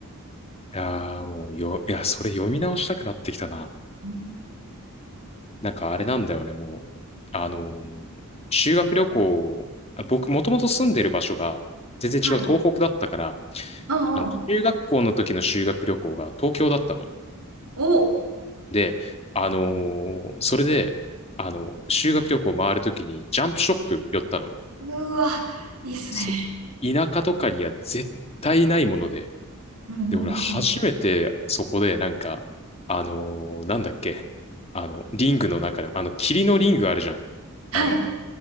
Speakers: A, on the left; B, on the right.
A: やーもうよ、いや、それ読み直したくなってきたな。
B: うん
A: なんかあれなんだよね、もう。あのー修学旅行、あ僕、もともと住んでる場所が全然違う東北だったから、
B: はい。うんうん。
A: あの中学校の時の修学旅行が東京だったの。
B: お、
A: で、あのーそれで、あの、修学旅行回るときにジャンプショップ寄ったの。
B: うわ、いいっすね。
A: そ、田舎とかには絶対ないもので。
B: うんうんうん。
A: で、俺初めてそこでなんか、あのーなんだっけ、あの、リングの中でも、あの、霧のリングあるじゃん。
B: はい。
A: あの、